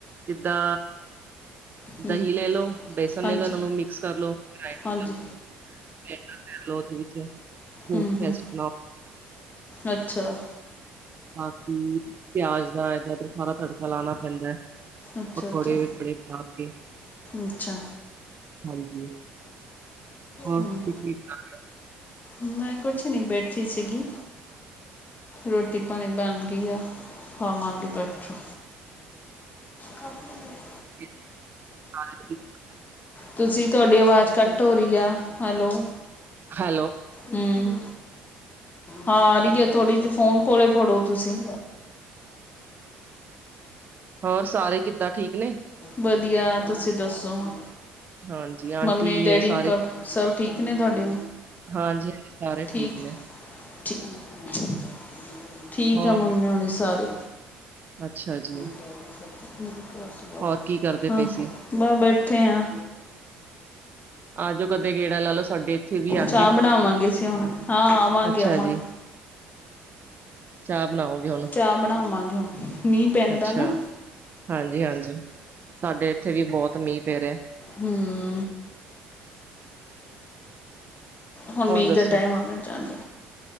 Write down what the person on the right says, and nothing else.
ਜਿੱਦਾਂ
ਦਹੀਂ ਲੈ ਲਓ, ਬੇਸਨ
ਲੈ ਲਓ, ਇਹਨਾਂ ਨੂੰ ਮਿਕਸ ਕਰ ਲੋ, ਗਰਾਇੰਡ
ਕਰ ਲੋ ਗਰਾਇੰਡਰ ਫੇਰ ਲੋ ਵਿੱਚ ਸਮੂਥ
ਪੇਸਟ
ਬਣਾਓ
ਬਾਕੀ ਪਿਆਜ ਦਾ ਏਦਾਂ ਏਦਾਂ ਸਾਰਾ ਤੜਕਾ ਲਾਉਣਾ ਪੈਂਦਾ ਹੈ।
ਪਕੌੜੇ
ਪਕੂੜੇ ਖਾ ਕੇ
ਹਾਂਜੀ ਹੋਰ
ਤੁਸੀਂ ਕੀ ਕਰ ਰਹੇ ਓ।
<inaudible>
ਹੈਲੋ
ਹੋਰ ਸਾਰੇ ਕਿੱਦਾਂ ਠੀਕ ਨੇ?
ਹਾਂਜੀ, ਆਂਟੀ
ਇਹ ਸਾਰੇ
ਹਾਂਜੀ-ਹਾਂਜੀ, ਸਾਰੇ
ਨੇ,
ਹੋਰ
ਅੱਛਾ ਜੀ।
ਹੋਰ ਕੀ ਕਰਦੇ
ਪਏ ਸੀ।
ਆ ਜੋ ਕਦੇ ਗੇੜਾ ਲਾ ਲਓ ਸਾਡੇ ਇੱਥੇ ਵੀ ਆ
ਕੇ,
ਅੱਛਾ ਜੀ, ਚਾਹ ਬਣਾਓਗੇ ਹੁਣ?
ਅੱਛਾ,
ਹਾਂਜੀ-ਹਾਂਜੀ ਸਾਡੇ ਇੱਥੇ ਵੀ ਬੋਤ ਮੀਂਹ ਪੈ ਰਿਆ।
ਹੋਰ
ਦੱਸੋ?